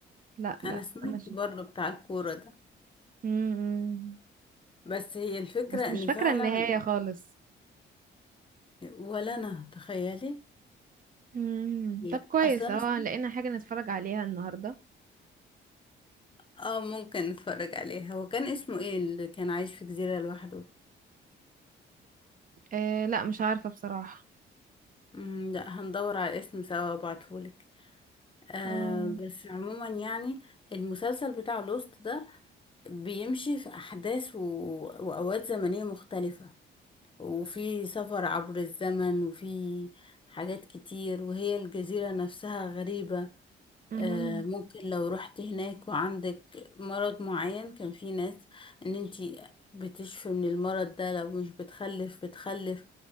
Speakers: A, on the right (about 45°); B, on the left (about 25°).
A: لا لا
B: أنا سمعت
A: انا شفت
B: برضه بتاع الكورة ده
A: مم.
B: بس هي الفكرة
A: بس مش
B: إن
A: فاكره
B: فعلا
A: النهايه خالص
B: ولا أنا تخيلي
A: مم.
B: لا
A: طب كويس
B: أصلا أنا
A: اه
B: سمعت-
A: لقينا حاجه نتفرج عليها النهارده
B: اه ممكن نتفرج عليها هو كان اسمه ايه اللي كان عايش في جزيرة لوحده
A: آه لا مش عارفة بصراحة
B: مم، لا هندور على اسم سوا وابعتهولك آه
A: آه.
B: بس عموما يعني المسلسل بتاع لوست ده بيمشي في أحداث و... وأوقات زمنية مختلفة وفي سفر عبر الزمن وفي حاجات كتير وهي الجزيرة نفسها غريبة
A: امم
B: آه، ممكن لو رحت هناك وعندك مرض معين كان في ناس ان انتي بتشفي من المرض ده لو مش بتخلف بتخلف